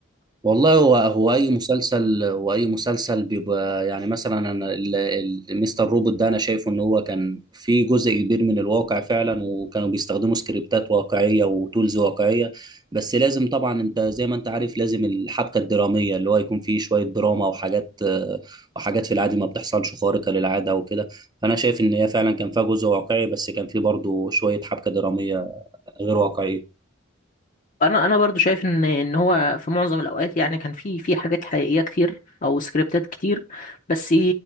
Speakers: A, on the right (about 20°); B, on the left (about 40°).
A: والله هو هو اي مسلسل هو اي مسلسل بيبقى يعني مثلا انا ال- ال- مستر روبوت ده انا شايفه ان هو كان في جزء كبير من الواقع فعلا وكانوا بيستخدموا سكريبتات واقعيه وتولز واقعيه بس لازم طبعا انت زي ما انت عارف لازم الحبكه الدراميه اللي هو يكون فيه شويه دراما وحاجات آه، وحاجات في العادي ما بتحصلش خارقه للعاده وكده فانا شايف ان هي فعلا كان فيها جزء واقعي بس كان فيه برضه شويه حبكه دراميه غير واقعيه
B: انا انا برضو شايف ان ان هو في معظم الاوقات يعني كان في في حاجات حقيقيه كتير او سكريبتات كتير بس